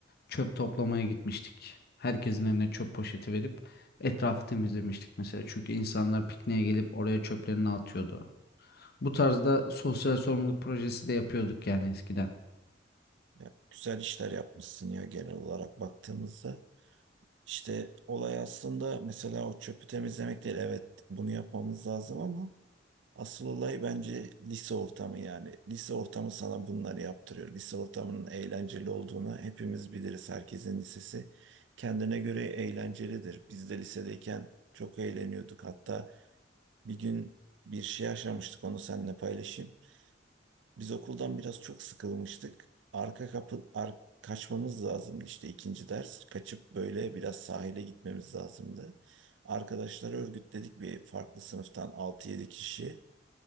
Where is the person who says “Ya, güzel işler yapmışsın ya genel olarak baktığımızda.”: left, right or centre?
Right